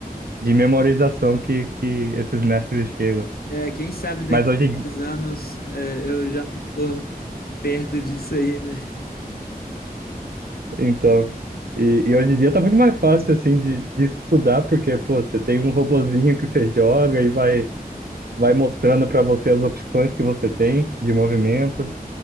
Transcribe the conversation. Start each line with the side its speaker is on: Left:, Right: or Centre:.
Right: de memorização que, que esses mestres chegam.
Left: É, quem sabe daqui
Right: Mas hoje,
Left: a 10 anos, é, eu já não tô perto disso aí, né?
Right: então, e, e hoje em dia tá muito mais fácil, assim, de, de estudar, porque, pô, você tem um robozinho que você joga e vai, vai mostrando para você as opções que você tem de movimento.